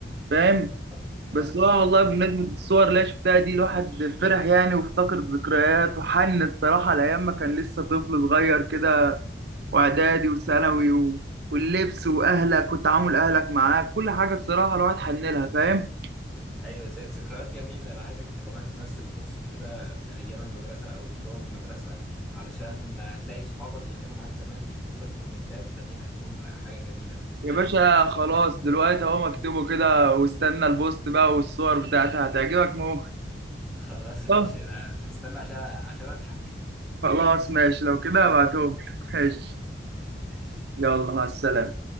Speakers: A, on the right (about 60°); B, in the centre.
A: فاهم
B: الحمد لله
A: بس هو والله بمناسبة الصور اللي أنا شفتها دي الواحد فرح يعني وافتكر ذكريات وحن الصراحة لأيام ما كان لسه طفل صغير كده وإعدادي وثانوي و... واللبس وأهلك وتعامل أهلك معاك كل حاجة الصراحة الواحد حن لها فاهم
B: ايوه زي ذكريات جميله انا عايزك انت كمان تنزل بوست كده لايام المدرسه او لصور المدرسه علشان هتلاقي صحابك اللي كانوا معاك زمان بيكتبوا لك كومنتات فدي هتكون حاجه جميله بالنسبه
A: يا باشا
B: لك وتستجد
A: خلاص دلوقتي
B: <laughs>
A: اهو مكتوبه كده واستنى البوست بقى والصور بتاعتها هتعجبك موت
B: خلاص
A: طب
B: ماشي انا هستنى عشان عشان اضحك
A: خلاص ماشي لو كده هبعتهم
B: <laughs>
A: <laughs> ماشي
B: خلاص ماشي
A: يلا مع السلامة